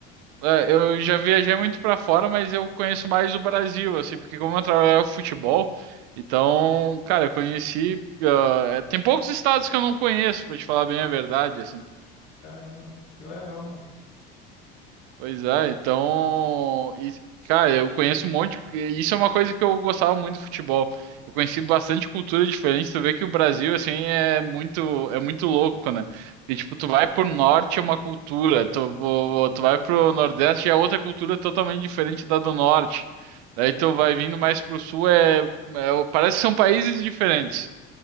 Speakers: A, on the right; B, on the left.
A: É, eu já viajei muito pra fora, mas eu conheço mais o Brasil, assim, porque como eu trabalhava com futebol, então, cara, eu conheci. ah, é, tem poucos estados que eu não conheço, pra te falar bem a verdade, assim.
B: Caramba, que legal, mano.
A: Pois é, então, e, cara, eu conheço um monte de, isso é uma coisa que eu gostava muito do futebol. Eu conheci bastante cultura diferente, tu vê que o Brasil assim é muito é muito louco, né? Porque tipo, tu vai pro norte é uma cultura, tu, tu vai pro nordeste é outra cultura totalmente diferente da do norte. Daí tu vai vindo mais pro sul é, é- parece que são países diferentes.